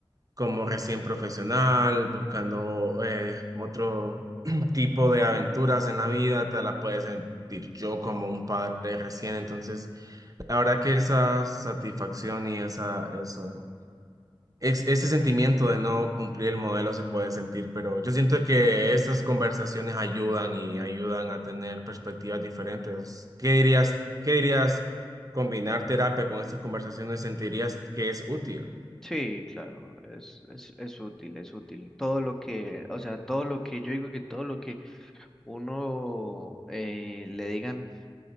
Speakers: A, on the right (about 40°); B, in the centre.
A: como recién profesional, buscando eh, otro <clears throat> tipo de aventuras en la vida, te la puedes sentir yo como un padre recién, entonces la verdad que esa satisfacción y esa, eso ex- ese sentimiento de no cumplir el modelo se puede sentir, pero yo siento que estas conversaciones ayudan y ayudan a tener perspectivas diferentes. ¿Qué dirías, qué dirías combinar terapia con estas conversaciones? ¿Sentirías que es útil?
B: Sí, claro, es, es, es útil, es útil. Todo lo que, o sea, todo lo que, yo digo que todo lo que uno eh, le digan,